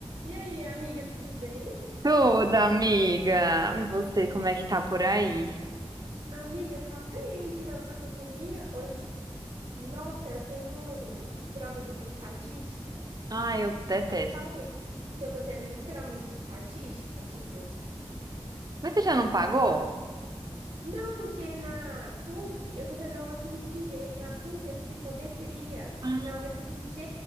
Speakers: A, on the right; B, on the right.
A: E aí, amiga, tudo bem?
B: Tudo, amiga. E você, como é que tá por aí?
A: Amiga, tá bem, tirando a correria hoje. Nossa, eu tenho prova de bioestatística.
B: Ai, eu detesto.
A: Falei. Que eu tô tendo literalmente estatística, tipo.
B: Mas você já não pagou?
A: Não, porque na PUC, eu tô tendo na UFMG, na PUC é psicometria,
B: Ah,
A: na UFMG